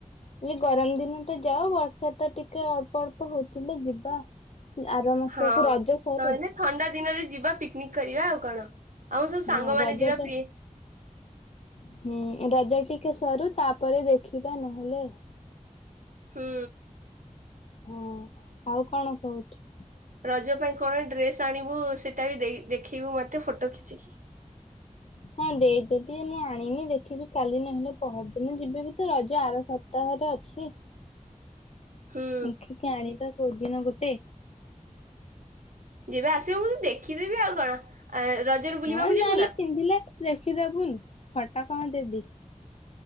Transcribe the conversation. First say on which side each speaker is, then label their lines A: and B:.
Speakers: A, on the left; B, on the right.
A: ଏ ଗରମ ଦିନଟା ଯାଉ ବର୍ଷାଟା ଟିକେ ଅଳ୍ପ ଅଳ୍ପ ହଉଥିଲେ ଯିବା। ଆର ମାସକୁୁ
B: ହଁ
A: ରଜ ସରୁ।
B: ନହେଲେ ଥଣ୍ଡା ଦିନରେ ଯିବା ପିକନିକ୍ କରିବା ଆଉ କଣ। ଆମ ସବୁ ସାଙ୍ଗମାନେ
A: ହୁଁ ରଜଟେ,
B: ଯିବା ପ୍ରି
A: ହୁଁ ରଜଟି। <inaudible> ସରୁ ତାପରେ ଦେଖିବା ନହେଲେ
B: ହୁଁ
A: ହଁ ଆଉ କଣ କହୁଛୁ?
B: ରଜ ପାଇଁ କଣ ଡ୍ରେସ୍ ଆଣିବୁ ସି ସେଟାବି ଦେଇ ଦେଖେଇବୁ ମତେ ଫୋଟୋ ଖିଚିକି
A: ହଁ ଦେଇଦେବି ମୁଁ ଆଣିନି ଦେଖିବି କାଲି ନହେଲେ ପହରଦିନ ଯିବି ବି ତ ରଜ ଆର ସପ୍ତାହରେ ଅଛି।
B: ହୁଁ
A: ଦେଖିକି ଆଣିବା। କୋଉଦିନ ଗୋଟେ।
B: ଯେବେ ଆସିବୁ ମୁଁ ଦେଖିଦେବି ଆଉ କଣ। ଆ ରଜରେ ବୁଲିବାକୁ
A: ହଁ ନଲେ
B: ଯିବୁ ନା?
A: ପିନ୍ଧିଲେ। ଦେଖିଦବୁନି ଫଟୋ କଣ ଦେବି।